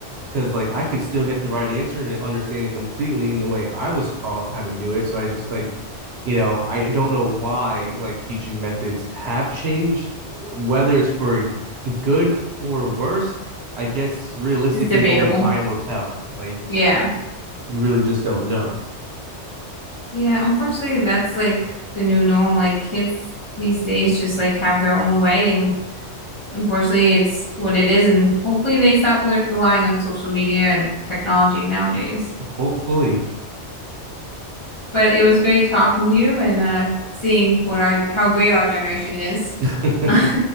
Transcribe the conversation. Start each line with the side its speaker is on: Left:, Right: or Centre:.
Right: Because like I can still get the right answer and understand it completely in the way I was taught how to do it. So I just like you know, I don't know why like teaching methods have changed, whether it's for good or worse. I guess realistically,
Left: It's debatable.
Right: only time will tell. Like,
Left: Yeah.
Right: you really just don't know.
Left: Yeah, unfortunately that's like the new norm. Like kids these days just like have their own way and unfortunately it's what it is and hopefully they stop le relying on social media and technology nowadays.
Right: Hopefully.
Left: But it was great talking to you and uh seeing what our how great our generation is.
Right: <laughs> All
Left: <laughs>